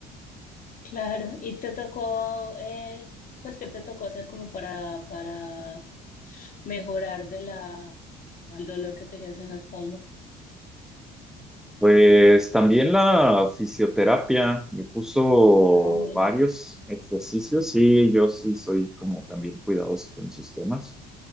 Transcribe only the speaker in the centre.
Pues también la fisioterapia me puso
varios ejercicios y yo sí soy como también cuidadoso con esos temas.